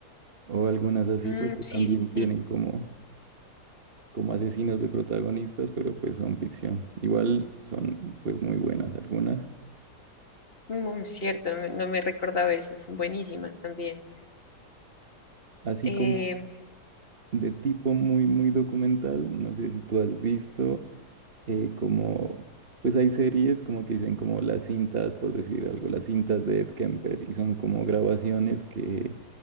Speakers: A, on the right; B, on the left.
A: o algunas así
B: Mm,
A: pues que
B: sí,
A: también
B: sí, sí.
A: tienen como como asesinos de protagonistas, pero pues son ficción. Igual son pues muy buenas algunas.
B: Muy cierto, no me, no me recordaba esas, son buenísimas también.
A: Así
B: Eh,
A: como de tipo muy, muy documental, no sé si tú has visto eh, como, pues hay series como que dicen como las cintas, por decir algo, las cintas de Ed Kemper y son como grabaciones que,